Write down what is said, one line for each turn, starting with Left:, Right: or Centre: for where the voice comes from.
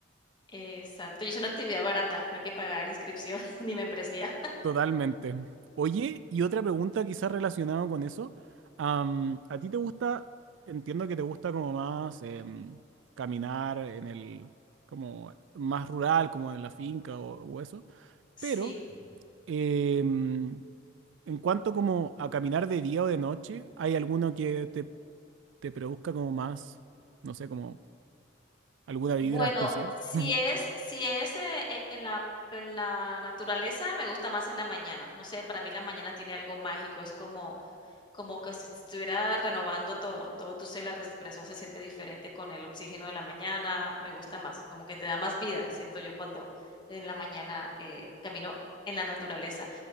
Left: Exacto, y es una actividad barata, no hay que pagar inscripción <laughs> ni membresía.
Right: Totalmente. Oye, y otra pregunta quizás relacionada con eso. am, ¿a ti te gusta, entiendo que te gusta como más em, caminar en el, como más rural, como en la finca o, o eso,
Left: Sí,
Right: pero em, en cuanto como a caminar de día o de noche, ¿hay alguno que te, te produzca como más, no sé, como alguna vibra
Left: bueno,
Right: especial?
Left: si
Right: <laughs>
Left: es si es, eh, eh, en la en la naturaleza, me gusta más en la mañana. No sé, para mí la mañana tiene algo mágico, es como como que si te estuviera renovando todo, todo tu ser, la respiración se siente diferente con el oxígeno de la mañana, me gusta más, como que te da más vida, siento yo cuando en la mañana eh, camino en la naturaleza.